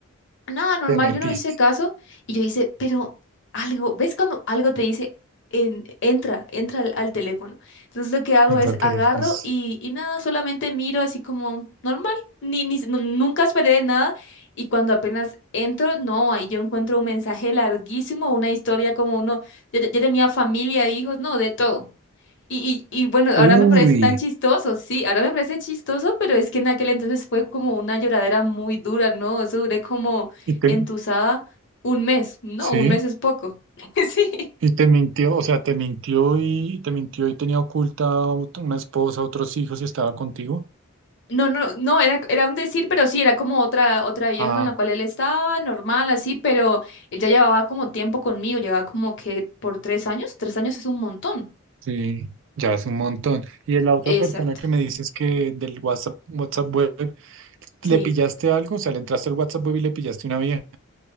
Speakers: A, on the left; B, on the right.
A: nada normal,
B: te metiste
A: yo no hice caso y yo hice, pero algo, ¿ves cuando algo te dice, en- entra, entra al, al teléfono? Entonces lo que hago
B: en
A: es
B: cualquier
A: agarro
B: pues,
A: y, y nada, solamente miro así como normal, ni, ni, nu- nunca esperé nada y cuando apenas entro, no, ahí yo encuentro un mensaje larguísimo, una historia como uno, ya ya tenía familia, hijos, no, de todo. Y, y, y bueno, ahora
B: Uy,
A: me parece tan chistoso, sí, ahora me parece chistoso, pero es que en aquel entonces fue como una lloradera muy dura, ¿no? Eso duré como
B: y te,
A: entusada un mes, no,
B: sí,
A: un mes es poco. <laughs> Sí.
B: y te mintió, o sea, te mintió y te mintió y tenía oculta ot- una esposa, otros hijos y estaba contigo.
A: No, no, no, era, era un decir, pero sí, era como otra, otra vieja
B: Ah,
A: con la cual él estaba, normal, así, pero ella llevaba como tiempo conmigo, llevaba como que por tres años, tres años es un montón.
B: sí, ya es un montón. Y de la otra
A: Exacto,
B: persona que me dices que del WhatsApp, WhatsApp web,
A: sí.
B: ¿le pillaste algo? O sea, le entraste al WhatsApp web y le pillaste una vieja.